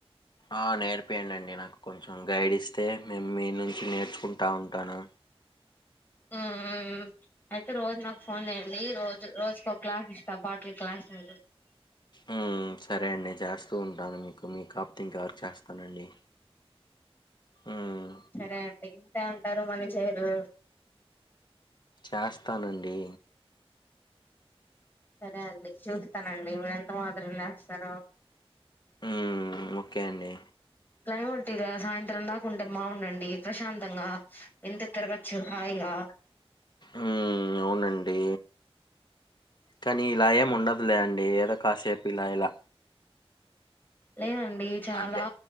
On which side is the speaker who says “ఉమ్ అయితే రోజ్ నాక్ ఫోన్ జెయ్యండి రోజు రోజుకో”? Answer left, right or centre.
Left